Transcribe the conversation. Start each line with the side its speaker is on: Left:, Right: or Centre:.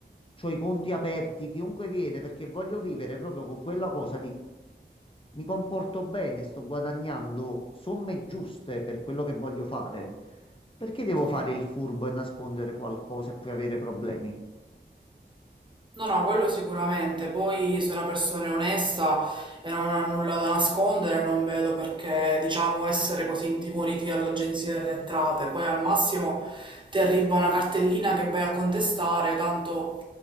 Left: C'ho i conti aperti, chiunque viene, perché voglio vivere proprio con quella cosa di mi comporto bene, sto guadagnando somme giuste per quello che voglio fare. Perché devo
Right: sì.
Left: fare il furbo e nascondere qualcosa e poi avere problemi?
Right: No, no, quello sicuramente. Poi se una persona è onesta e non ha nulla da nascondere, non vedo perché, diciamo, essere così intimoriti dall'Agenzia delle Entrate. Poi al massimo ti arriva una cartellina che vai a contestare, tanto